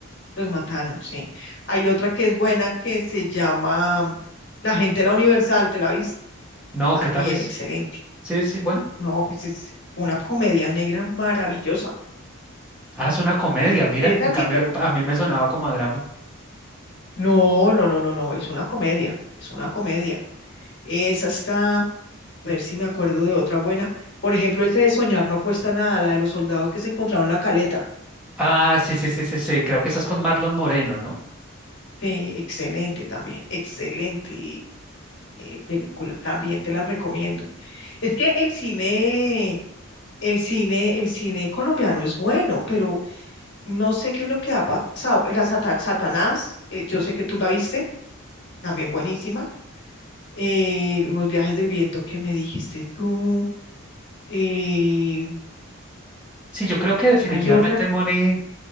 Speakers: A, on the left; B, in the centre.
A: los mataron, sí. Hay otra que es buena que se llama La gente de la Universal, ¿te la viste?
B: No,
A: También
B: ¿qué tal es?
A: excelente.
B: Sí, sí, bueno.
A: No, pues es una comedia negra maravillosa.
B: Ah, es una comedia,
A: Eh,
B: mira.
A: esa
B: En cambio,
A: sí te la...
B: a mí me sonaba como a drama.
A: No, no, no, no, no, es una comedia, es una comedia. Esa está, a ver si me acuerdo de otra buena. Por ejemplo, esa de Soñar no cuesta nada, la de los soldados que se encontraron en la caleta.
B: Ah, sí, sí, sí, sí, sí. Creo que estás con Marlon Moreno, ¿no?
A: Eh, excelente también, excelente eh, película, también te la recomiendo. Es que el cine, el cine, el cine colombiano es bueno, pero no sé qué es lo que ha pasado. La Sata- Satanás, eh, yo sé que tú la viste, también buenísima. Eh, Los viajes del viento que me dijiste tú. eh,
B: Sí, yo creo que definitivamente
A: hay otra,
B: Money,